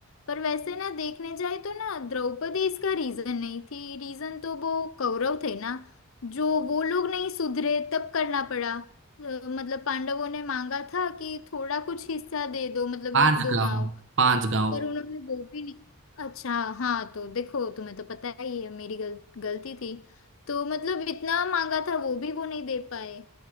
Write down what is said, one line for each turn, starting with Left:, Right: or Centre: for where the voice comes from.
Left: पर वैसे ना देखने जाए तो ना द्रौपदी इसका रीजन नहीं थी रीजन तो वो कौरव थे ना जो वो लोग नहीं सुधरे तब करना पड़ा अ, मतलब पांडवों ने मांगा था कि थोड़ा कुछ हिस्सा दे दो मतलब
Right: पांच
Left: एक दो
Right: गांव
Left: गांव
Right: पांच गांव
Left: पर उन्होंने वो भी नहीं अच्छा हाँ तो देखो तुम्हें तो पता ही है मेरी गल, गलती थी तो मतलब इतना मांगा था वो भी वो नहीं दे पाए